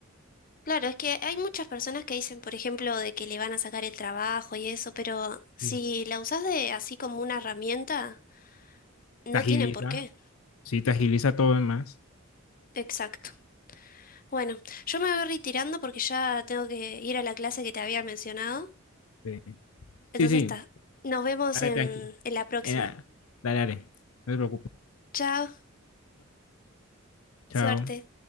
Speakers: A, on the left (about 40°); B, on the left (about 85°).
A: claro, es que hay muchas personas que dicen, por ejemplo, de que le van a sacar el trabajo y eso, pero si
B: Sí.
A: la usas de así como una herramienta, no
B: Te agiliza,
A: tienen por qué.
B: sí, te agiliza todo en más
A: Exacto. Bueno, yo me voy retirando porque ya tengo que ir a la clase que te había mencionado.
B: Sí,
A: Entonces
B: sí, sí,
A: está. Nos vemos
B: dale
A: en,
B: tranqui.
A: en la próxima.
B: Eh, dale, dale, no te preocupes.
A: Chao.
B: Chao.
A: Suerte.